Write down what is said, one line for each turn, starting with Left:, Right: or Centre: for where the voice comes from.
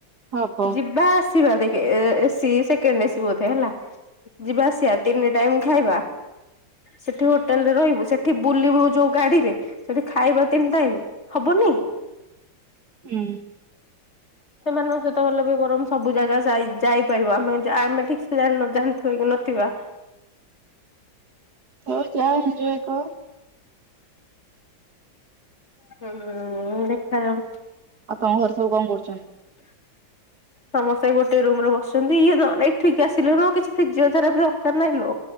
Right: ହବ।
Left: ଯିବା ଆସିବା ଦେଖ ସିଏ ସେକେଣ୍ଡ୍ ଏସି ବୋଧେ ହେଲା ଯିବା ଆସିବା ତିନି ଟାଇମ୍ ଖାଇବା ସେଠି ହୋଟେଲ୍ ରେ ରହିବୁ ସେଠି ବୁଲିବୁ ଯୋଉ ଗାଡିରେ ସେଠି ଖାଇବା ତିନି ଟାଇମ୍ ହବନି।
Right: ହୁଁ।
Left: ସେମାନଙ୍କ ସହିତ ଗଲେ ବି ବରଂ ସବୁ ଜାଗା ଯାଇ ଯାଇପାରିବ ଆମେ ଆମେ ଠିକ୍ ସେ ଜାଣି କି ନଥିବା।
Right: ହଉ ଯା ଏଣ୍ଜୟ କର
Left: ହୁଁ ଦେଖାଯାଉ
Right: ଆପଣଙ୍କ ଘରେ ସବୁ କଣ କରୁଛନ୍ତି?
Left: ସମସ୍ତେ ଗୋଟେ ରୁମ୍ ରେ ବସିଛନ୍ତି ଇଏ ନ ଏଠିକି ଆସିଲେ ନୁହଁ କିଛି ଫିଜିଓଥେରାପି ଦରକାର ନାହିଁ ଲୋ